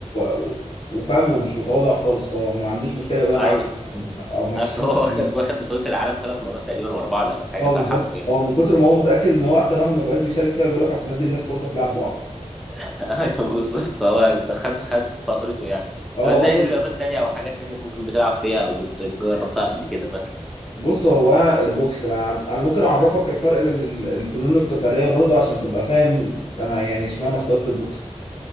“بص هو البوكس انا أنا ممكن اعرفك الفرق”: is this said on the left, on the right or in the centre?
Left